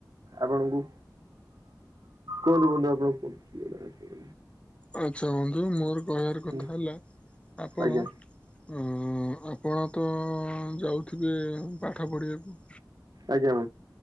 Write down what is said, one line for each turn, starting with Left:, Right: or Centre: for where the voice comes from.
Right: ଆପଣଙ୍କୁ କୁହନ୍ତୁ ବନ୍ଧୁ ଆପଣ କୁହନ୍ତୁ କିଏ ଗୋଟେ
Left: ଆଚ୍ଛା ବନ୍ଧୁ ମୋର କହିବାର କଥା
Right: ହୁଁ
Left: ହେଲା ଆପଣ
Right: ଆଜ୍ଞା
Left: ଅ ଆପଣ ତ ଯାଉଥିବେ ପାଠ ପଢିବାକୁ?
Right: ଆଜ୍ଞା।